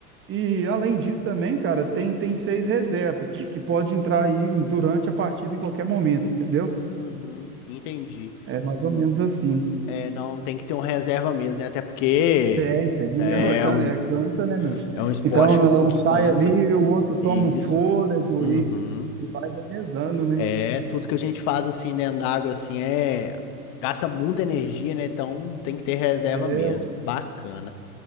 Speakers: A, on the right; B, on the left.
A: E além disso também, cara, tem, tem seis reservas que, que pode entrar aí durante a partida em qualquer momento, entendeu?
B: Uhum, entendi.
A: É mais ou menos assim.
B: É, não, tem que ter um reserva mesmo, né? Até porque
A: Tem, tem.
B: é
A: É, can-
B: um,
A: é, cansa, né, meu?
B: é um esporte
A: Então, né,
B: assim
A: um
B: que
A: sai
B: cansa.
A: ali, o outro
B: Isso.
A: toma um fôlego
B: Uhum.
A: e, e vai revezando, né?
B: É, tudo que a gente faz assim dentro d'água assim é gasta muita energia, né? Então tem que ter reserva
A: É,
B: mesmo. Bacana.